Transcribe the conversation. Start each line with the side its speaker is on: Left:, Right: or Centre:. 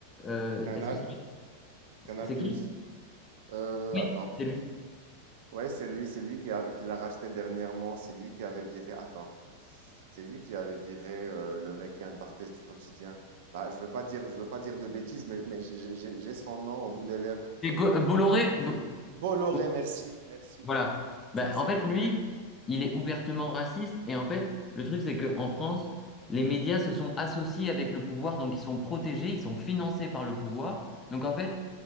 Left: euh,
Right: Canal,
Left: est-ce que c'est lui-
Right: Canal
Left: c'est
Right: Plus.
Left: qui?
Right: Euh,
Left: Oui,
Right: attends.
Left: c'est lui.
Right: Ouais, c'est lui, c'est lui qui a, qui l'a racheté dernièrement. C'est lui qui avait viré. Attends, c'est lui qui avait viré euh, le mec Yann Barthès du quotidien. Bah, je veux pas dire, je veux pas dire de bêtises, mais, mais j'ai j'ai- j'ai son nom au bout des lèvres.
Left: C'est Go- euh, Bolloré. Bo-
Right: Bolloré,
Left: Bo-
Right: merci, merci.
Left: Voilà.
Right: Ça,
Left: Ben,
Right: c'est
Left: en fait,
Right: Bolloré.
Left: lui, il est ouvertement raciste. Et en fait, le truc, c'est qu'en France, les médias se sont associés avec le pouvoir, donc ils sont protégés, ils sont financés par le pouvoir. Donc en fait,